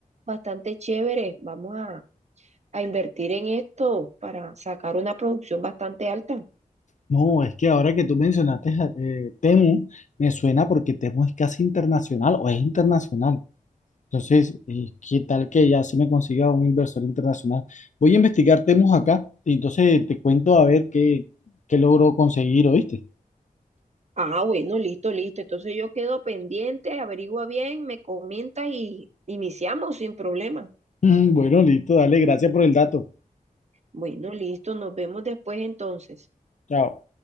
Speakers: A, on the right; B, on the left.
A: bastante chévere, vamos a, a invertir en esto para sacar una producción bastante alta.
B: No, es que ahora que tú mencionaste eh, Temu, me suena porque Temu es casi internacional o es internacional. Entonces, eh, ¿qué tal que ya se me consiga un inversor internacional? Voy a investigar temas acá y entonces te cuento a ver qué, qué logro conseguir, ¿oíste?
A: Ah, bueno, listo, listo. Entonces yo quedo pendiente, averigua bien, me comenta y iniciamos sin problema.
B: <laughs> Bueno, listo, dale, gracias por el dato.
A: Bueno, listo, nos vemos después entonces.
B: Chao.